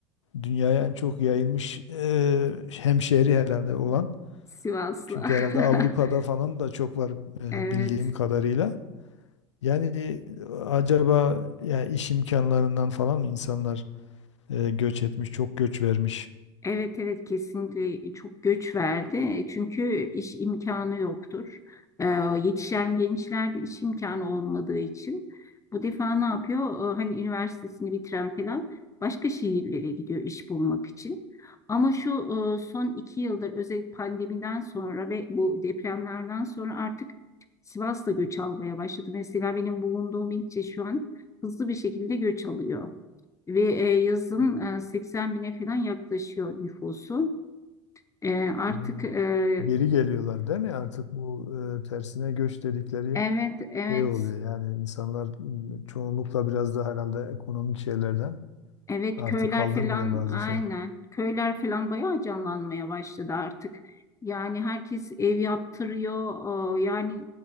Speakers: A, on the left; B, on the left.
A: dünyaya en çok yayılmış e, hemşehri herhalde olan.
B: Sivaslı.
A: Çünkü
B: <laughs>
A: herhalde Avrupa'da
B: <laughs>
A: falan da çok var e,
B: Evet.
A: bildiğim kadarıyla. Yani e, acaba ya iş imkanlarından falan mı insanlar e, göç etmiş, çok göç vermiş?
B: Evet evet kesinlikle e, çok göç verdi E, çünkü iş imkanı yoktur. Ee, yetişen gençler iş imkanı olmadığı için bu defa ne yapıyor? Ee, hani üniversitesini bitiren falan başka şehirlere gidiyor iş bulmak için. Ama şu e, son iki yıldır özellikle pandemiden sonra ve bu depremlerden sonra artık Sivas da göç almaya başladı. Mesela benim bulunduğum ilçe şu an hızlı bir şekilde göç alıyor. Ve e, yazın
A: Hmm,
B: e, 80 bine falan yaklaşıyor nüfusu. E, artık
A: hmm.
B: e,
A: Geri geliyorlar değil mi? Artık bu e, tersine göç dedikleri
B: evet evet
A: şey oluyor. Yani insanlar m, çoğunlukla biraz da herhalde ekonomik şeylerden
B: evet
A: artık
B: köyler
A: kaldırmıyor
B: falan
A: bazı
B: aynen
A: şeyler.
B: köyler falan bayağı canlanmaya başladı artık. Yani herkes ev yaptırıyor. E, yani